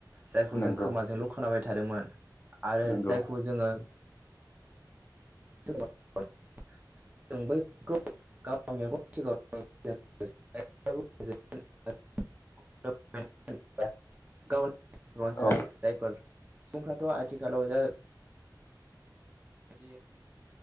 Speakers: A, on the right (about 20°); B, on the left (about 30°).
A: जायखौ
B: नंगौ
A: जों खोमाजोंल' खोनाबाय थादोंमोन आरो
B: नंगौ
A: जायखौ जोङो <unintelligible> जों बैफोरखौ गाव मेगन सिगाव <unintelligible> गावनि रनसाय
B: औ
A: जायफोर सुबुंफ थ' आथिखालाव जादि